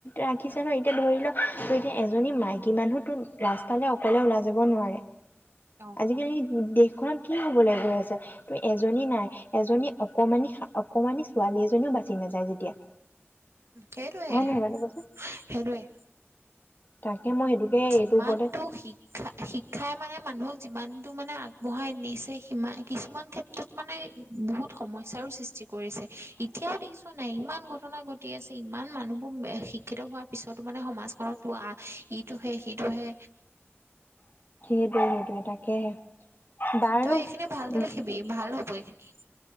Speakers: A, on the left; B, on the right.
A: ৰাখিছ ন এতিয়া ধৰি ল ত এতিয়া এজনী মাইকী মানুহ তোৰ। ৰাস্তালৈ অকলে ওলাই যাব নোৱাৰে।
B: অ
A: আজিকালি দে। ত কি হব লে গৈ আছে ত এজনী নাই এজনী অকমানি অকমানি ছোৱালী এজনীও বাচি নাযায় যেতিয়া।
B: সেইটোৱেই
A: হয় নহয় বাৰু কচোন
B: সেইটোৱেই
A: তাকে মই সেইটোকে এইটোৰ
B: ইমানতো
A: ওপৰতে
B: শিক্ষা শিক্ষাই মানে মানুহক যিমানটো মানে আগবঢ়াই নিছে সিমা কিছুমান ক্ষেত্ৰত মানে বহুত সমস্যাৰো সৃষ্টি কৰিছে এতিয়াও দেখিছ নাই ইমান ঘটনা ঘটি আছে ইমান মানুহবোৰ শিক্ষিত হোৱাৰ পিছতো মানে সমাজখনত পোৱা ইটোহে সিটোহে
A: সেইটোৱে তু তাকেহে বাৰু
B: তই এইখিনি ভালকে
A: উম
B: লিখিবি ভাল হ'ব এইখিনি। <inaudible>